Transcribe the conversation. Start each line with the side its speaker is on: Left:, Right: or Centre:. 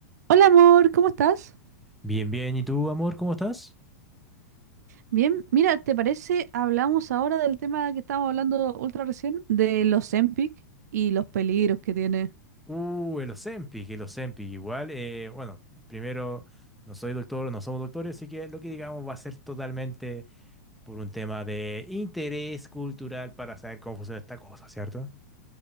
Right: Hola amor, ¿cómo estás?
Centre: Bien, bien. ¿Y tú, amor, cómo estás?
Right: Bien, mira, ¿te parece? Hablamos ahora del tema que estábamos hablando ultra recién, de los Zempic y los peligros que tiene.
Centre: Uh, el Ozempic, el Ozempic. Igual, eh, bueno, primero, no soy doctor, no somos doctores, así que lo que digamos va a ser totalmente por un tema de interés cultural para saber cómo funciona esta cosa, ¿cierto?